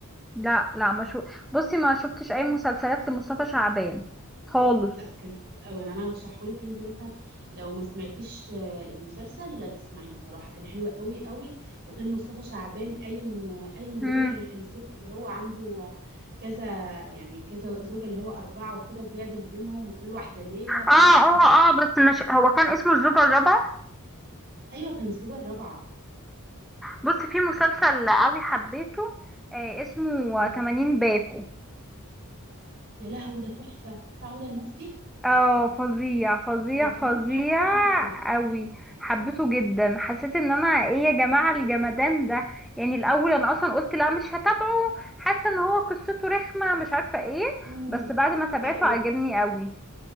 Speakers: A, in the centre; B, on the right.
A: لا لا ما شو بصي ما شفتش أي مسلسلات لمصطفى شعبان خالص
B: لا كان حلو قوي انا انا ارشحه لك انت مثلا لو ما سمعتيش آه، المسلسل لا تسمعيه بصراحه كان حلو قوي قوي وكان مصطفى شعبان قايم آه، قايم بدور
A: مم.
B: ال- الزوج اللي هو عنده كذا يعني كذا زوجه اللي هو اربعه وكده وبيعدل بينهم وكل واحده ليله
A: اه
B: فلا <laughs>
A: اه
B: كان-
A: اه بس مش هو كان اسمه الزوجة الرابعة
B: ايوه كان الزوجه الرابعه
A: بص في مسلسل قوي حبيته آه اسمه
B: امم
A: 80 باكو
B: يا لهوي ده تحفه بتاع هدى المفتي
A: اه فظيع فظيع
B: انا بموت
A: فظيع
B: في حاجه اسمها هدى المفتي
A: قوي حبيته جدا حسيت ان انا ايه يا جماعة الجمدان ده يعني الاول انا اصلا قلت لا مش هتابعه حاسة ان هو قصته رخمة مش عارفة ايه
B: امم
A: بس بعد ما تابعته
B: ايوه
A: عجبني قوي